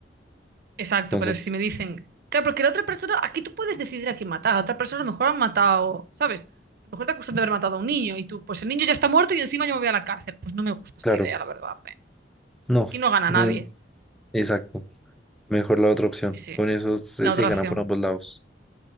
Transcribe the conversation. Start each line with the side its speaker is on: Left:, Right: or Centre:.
Right: exacto,
Centre: Entonces,
Right: pero si me dicen, claro, porque la otra persona, aquí tú puedes decidir a quién matar, a otra persona a lo mejor han matado, ¿sabes? A lo mejor te acusan de haber matado a un niño y tú, pues el niño ya está muerto y encima yo me voy a la cárcel. Pues no me gusta esta
Centre: claro,
Right: idea, la verdad. ¿eh?
Centre: no,
Right: Aquí no gana
Centre: mm,
Right: nadie.
Centre: exacto, mejor la otra opción.
Right: Sí, sí.
Centre: Con eso se,
Right: La
Centre: se
Right: otra
Centre: gana
Right: opción.
Centre: por ambos lados.